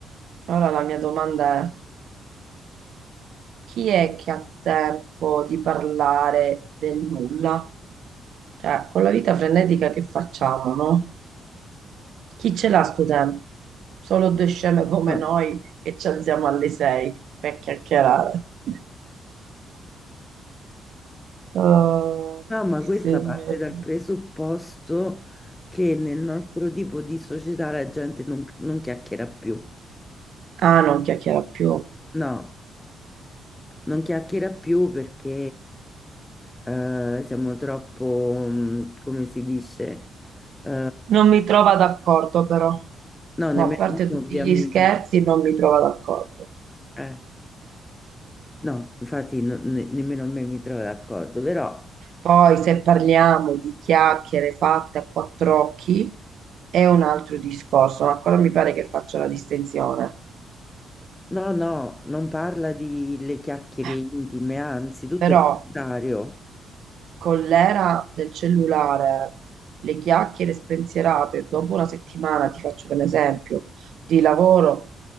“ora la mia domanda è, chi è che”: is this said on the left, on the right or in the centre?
Right